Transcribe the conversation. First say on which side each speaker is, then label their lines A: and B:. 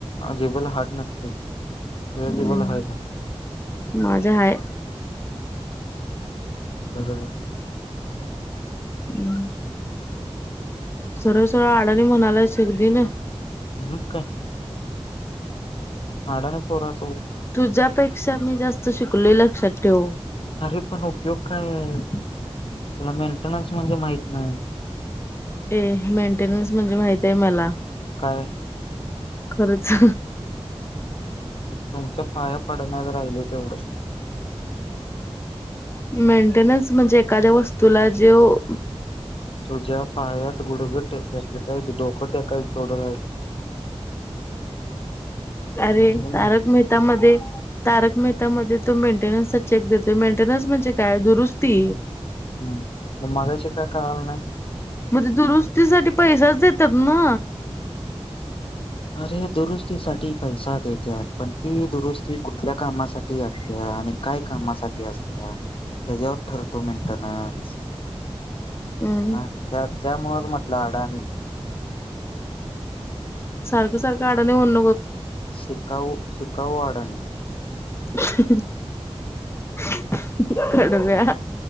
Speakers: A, on the left (about 55°); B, on the left (about 25°).
A: जिबेला हाट नसतेच तुझ्या
B: हम्
A: जिबेला हाय का
B: माझ्या हाय.
A: बरोबर.
B: म् सरळ-सरळ आडाणी म्हणालाइस एक दिन,
A: मग काय? आडानी पोर आ
B: तुझ्यापेक्षा मी जास्त शिकलोय लक्षात ठेव.
A: अरे पण उपयोग काय? तेला मेंटेनन्स म माहित नाही.
B: ए मेंटेनन्स म्हणजे माहित आहे मला.
A: काय?
B: खरच
A: तुमच्या पाया पडण्यात राहिले तेवढं
B: मेंटेनन्स म्हणजे एखाद्या वस्त तुला जेव
A: तुझ्या पायात गुडग टेकायच काय ते डोकं टेकायच तेवढ राहिलय.
B: अरे
A: राहिलं
B: तारक मेहता मध्ये तारक मेहता मध्ये तो मेंटेनन्स चा चेक देतोय मेंटेनन्स म्हणजे काय दुरुस्ती.
A: हम्म मगाशी का कळाल नाय?
B: मजे दुरुस्तीसाठी पैसाच देतात? म.
A: अरे दुरुस्तीसाठी पैसा देत्यात पण ती दुरुस्ती कुठल्या कामासाठी असत्या, आणि काय कामासाठी असत्या त्याच्यावर ठरतो मेंटेनन्स
B: हम्म
A: ह त्या त्यामुळच म्हटलं अडाणी.
B: सारख सारख आडाने होन
A: शिकाऊ शिकाऊ ह
B: <inaudible> कडव्या